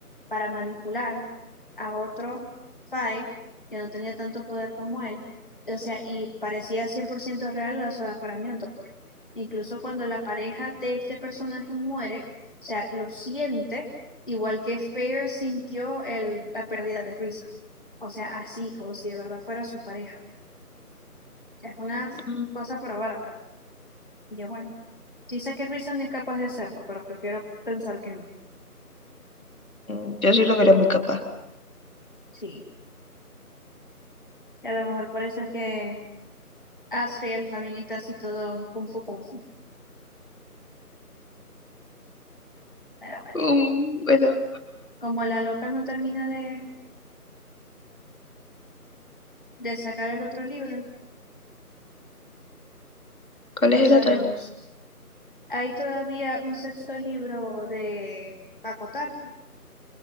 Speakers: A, on the left; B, on the left.
A: para manipular a otro FAE que no tenía tanto poder como él. O sea, y parecía 100% real la su aforamiento, pues. Incluso cuando la pareja de este personaje muere, o sea, lo siente, igual que Fair sintió el, la pérdida de Risa. O sea, así, como si de verdad fuera su pareja. O sea, es una
B: Mm,
A: cosa pero bárbara. Y bueno, sí sé que Reason es capaz de hacerlo, pero prefiero pensar que no.
B: mm, yo sí lo veré muy capaz.
A: Sí, y a lo mejor por eso es que Asriel también está así todo kung fu kung fu. Pero bueno,
B: Mm, bueno,
A: como la loca no termina de, de sacar el otro libro,
B: ¿cuál
A: no
B: es el
A: sabemos.
B: otro?
A: Hay todavía un sexto libro de Acotar.